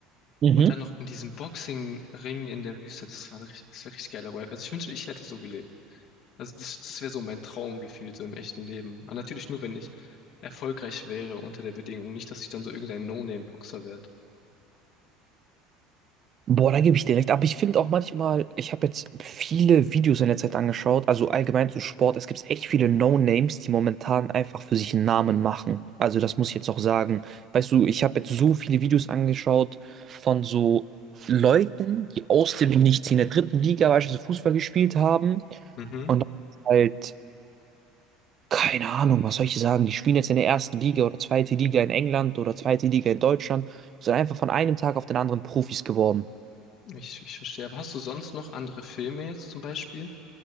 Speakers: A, on the right; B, on the left.
A: Mhm.
B: Und dann noch in diesem Boxing-Ring in der Wüste, das war, richtig- das war richtig geiler Vibe. Also ich wünschte, ich hätte so gelebt. Also das, das wäre so mein Traumgefühl, so im echten Leben. Aber natürlich nur, wenn ich erfolgreich wäre unter der Bedingung. Nicht, dass ich dann so irgendein No-Name-Boxer werde.
A: Boah, da gebe ich dir recht. Aber ich finde auch manchmal, ich habe jetzt viele Videos in der Zeit angeschaut, also allgemein zu Sport. Es gibt echt viele No-Names, die momentan einfach für sich einen Namen machen. Also das muss ich jetzt auch sagen. Weißt du, ich habe jetzt so viele Videos angeschaut von so Leuten, die aus dem Nichts in der dritten Liga beispielsweise Fußball gespielt haben
B: Mhm,
A: und dann halt, keine Ahnung, was soll ich sagen, die spielen jetzt in der ersten Liga oder zweite Liga in England oder zweite Liga in Deutschland, sind einfach von einem Tag auf den anderen Profis geworden.
B: ich, ich verstehe. Aber hast du sonst noch andere Filme jetzt zum Beispiel?